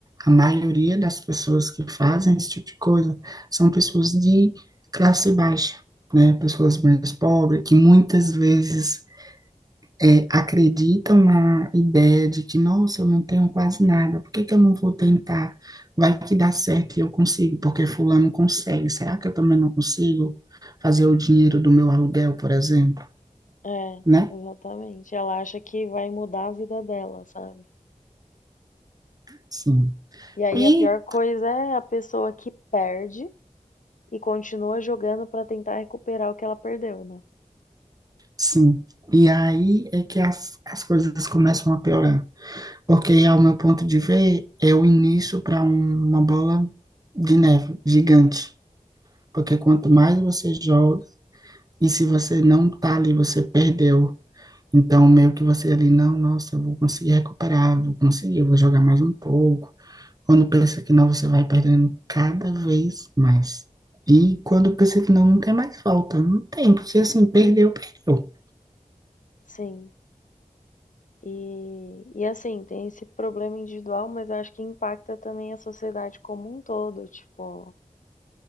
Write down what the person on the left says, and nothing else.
É,
exatamente. Ela acha que vai mudar a vida dela, sabe?
E aí
a pior coisa é a pessoa que perde e continua jogando pra tentar recuperar o que ela perdeu, né?
Sim. E, e assim, tem esse problema individual, mas eu acho que impacta também a sociedade como um todo, tipo.